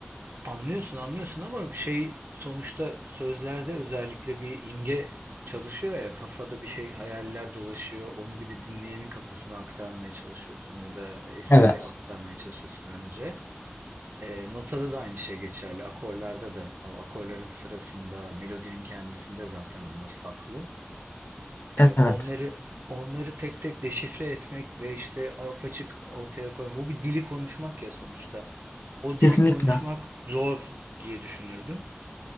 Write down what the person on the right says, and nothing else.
Anlıyorsun anlıyorsun ama bir şey sonuçta sözlerde özellikle bir imge çalışıyor ya kafada bir şey hayaller dolaşıyor. Onu bir de dinleyenin kafasına aktarmaya çalışıyorsun ya da esere
aktarmaya çalışıyorsun önce. E, notada da aynı şey geçerli. Akorlarda da o akorların sırasında melodinin kendisinde zaten onlar saklı. E,
onları onları tek tek deşifre etmek ve işte apaçık ortaya koymak. Bu bir dili konuşmak ya sonuçta. O
dili konuşmak zor diye düşünürdüm.